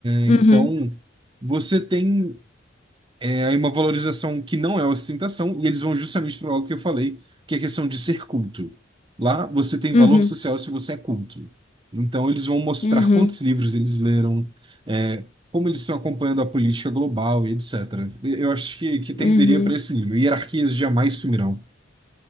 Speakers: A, on the right; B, on the left.
A: é,
B: Uhum,
A: Então, você tem. É uma valorização que não é ostentação, e eles vão justamente para o lado que eu falei, que é a questão de ser culto. Lá você tem
B: uhum,
A: valor social se você é culto. Então eles vão mostrar
B: uhum,
A: quantos livros eles leram, é, como eles estão acompanhando a política global e etc. E Eu acho que, que tenderia
B: uhum.
A: para esse livro. Hierarquias jamais sumirão.